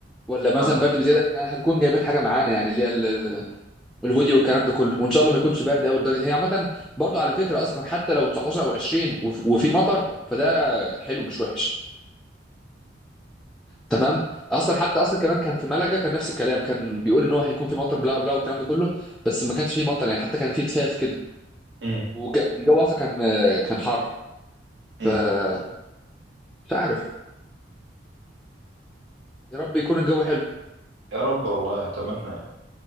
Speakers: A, in the centre; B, on the right.
A: ولا مثلا
B: اه
A: برد بزياده احنا هنكون جايبين حاجه معانا يعني اللي هي ال- الهودي والكلام ده كله وان شاء الله ما يكونش برد قوي لدرجه هي عامه برضو على فكره اصلا حتى لو 19 او 20 وف- وفي مطر فده حلو مش وحش تمام اصلا حتى اصلا كمان كان في ملقا كان نفس الكلام كان بيقول ان هو هيكون في مطر بلا بلا والكلام ده كله بس ما كانش فيه مطر يعني حتى كان فيه تفاف كده
B: امم
A: والجو اصلا كان كان حر
B: امم
A: فمش عارف يا رب يكون الجو حلو
B: يا رب والله اتمنى